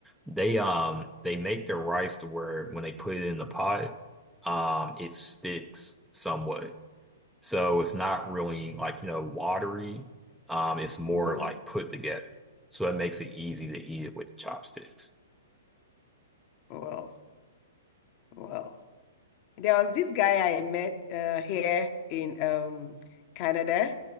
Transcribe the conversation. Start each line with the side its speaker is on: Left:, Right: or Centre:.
Centre: they um they make their rice to where when they put it in the pot um, it sticks somewhat. So it's not really like, you know, watery. Um, it's more
Left: Mm-hmm.
Centre: like put together. So it makes it easy to eat it with chopsticks.
Left: Wow. Wow. There was this guy I met uh, here in um, Canada.